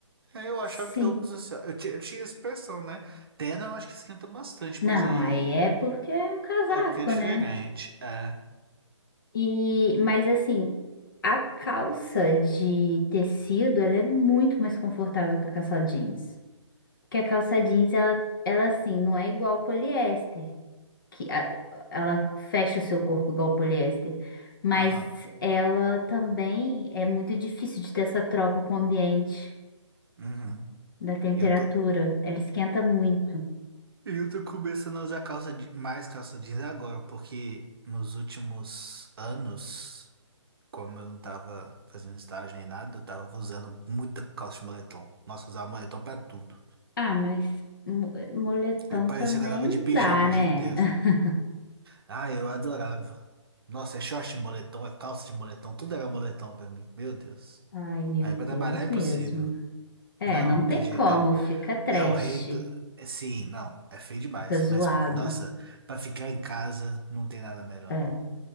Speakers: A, on the right; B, on the left.
A: É, Eu achava
B: Sim.
A: que roupa social. Eu, ti- eu tinha essa impressão, né? Terno eu acho que esquenta bastante,
B: Não,
A: mas aí
B: aí é porque é um casaco,
A: é porque é diferente.
B: né?
A: É.
B: E, mas assim, a calça de tecido, ela é muito mais confortável que a calça jeans. Porque a calça jeans, ela, ela assim, não é igual ao poliéster, que a- ela fecha o seu corpo igual ao poliéster. Mas
A: Aham.
B: ela também é muito difícil de ter essa troca com o ambiente,
A: Uhum.
B: da temperatura.
A: Eu tô.
B: Ela esquenta muito.
A: E eu tô começando a usar calça de... mais calça jeans agora, porque nos últimos anos, como eu não tava fazendo estágio nem nada, eu tava usando muita calça de moletom. Nossa, eu usava moletom pra tudo.
B: Ah, mas mo- moletom
A: E parecia
B: também
A: que eu tava
B: não
A: de pijama
B: dá, né?
A: o dia inteiro.
B: <laughs>
A: Ah, eu adorava. Nossa, é short de moletom, é calça de moletom, tudo era moletom pra mim. Meu Deus.
B: Ai, meu
A: Aí pra
B: Deus
A: trabalhar é impossível.
B: mesmo. É,
A: Não,
B: não
A: não
B: tem
A: tem jeito,
B: como,
A: é o,
B: fica trash,
A: é o rei do... é, Sim, não, é feio demais,
B: fica zoado.
A: mas nossa, pra ficar em casa não tem nada melhor,
B: É.
A: não.